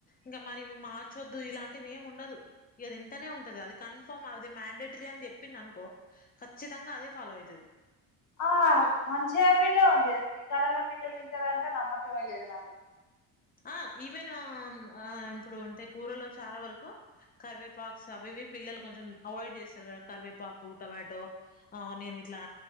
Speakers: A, on the left (about 25°); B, on the left (about 50°).
A: ఇంకా మరి మార్చొద్దు ఇలాంటివి ఏమి ఉండదు ఇకది ఇంటనే ఉంటది అది కన్ఫర్మ్ అది మ్యాండేటరీ అని చెప్పింది అనుకో ఖచ్చితంగా అదే ఫాలో అయితది
B: ఆ మంచి హ్యాబిట్ ఉంది అసలు ఈ కలలో పిల్లలు తింటారంటే నమ్మకమే లేదు నాకు
A: ఆ ఈవెనా ఆ ఇప్పుడు అంటే కూరలో చాలా వరకు కరివేపాక్స్ అవివి పిల్లలు కొంచెం అవాయిడ్ చేస్తారు కదా కరివేపాకు టొమాటో ఆ నన్ ఇట్లా